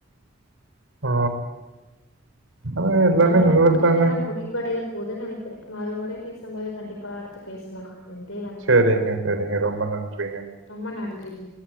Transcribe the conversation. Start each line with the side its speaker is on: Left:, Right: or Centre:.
Right: ஆ ஆனா எல்லாமே
Left: நம்மளுக்கு
Right: நல்லது
Left: குடுத்த
Right: தாங்க.
Left: நேரம் முடிவடைய போதுனு நினைக்கிறே மறுமுறை பேசும்போது கண்டிப்பா அடுத்து பேசலா நன்றி வணக்கம்
Right: செரிங்க செரிங்க ரொம்ப நன்றிங்க
Left: ரொம்ப நன்றிங்